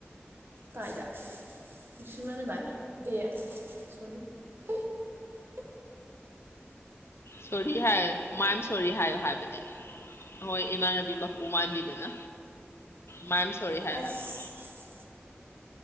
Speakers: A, on the right (about 60°); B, on the left (about 75°).
A: ꯀꯥꯏꯗ ꯃꯤꯁꯤ ꯃ ꯅꯚꯥꯅꯤ ꯑꯦ <inaudible>
B: ꯁꯣꯔꯤ ꯍꯥꯏꯌ ꯃꯌꯥꯝ ꯁꯣꯔꯤ ꯍꯥꯏꯌꯣ ꯍꯥꯏꯕꯅꯦ ꯍꯣꯏ ꯏꯃꯥꯟꯅꯕꯤ ꯃꯀꯨ ꯃꯥꯟꯕꯤꯗꯨꯅ ꯃꯥꯏ ꯑꯦꯝ ꯁꯣꯔꯤ ꯍꯥꯏꯌꯣ
A: ꯑꯁ
B: ꯍꯥꯏꯕꯅꯤ